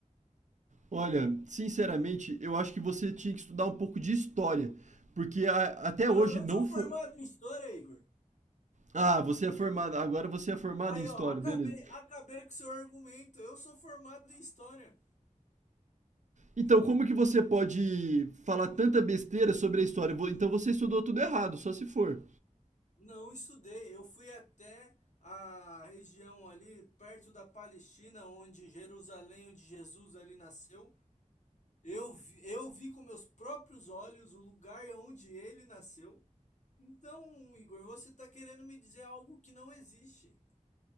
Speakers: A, on the right; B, on the left.
A: Olha, sinceramente, eu acho que você tinha que estudar um pouco de história. Porque a- até
B: Eu,
A: hoje
B: eu
A: não
B: sou formado
A: foi.
B: em história, Igor.
A: Ah, você é formada. Agora você é formada
B: Aí,
A: em história,
B: ó, acabei,
A: beleza.
B: acabei com seu argumento. Eu sou formado em história.
A: Então, como que você pode falar tanta besteira sobre a história? Vo- Então você estudou tudo errado, só se for.
B: Não estudei. Eu fui até a região ali perto da Palestina, onde Jerusalém, onde Jesus ali nasceu. Eu vi, eu vi com meus próprios olhos o lugar onde ele nasceu. Então, Igor, você está querendo me dizer algo que não existe.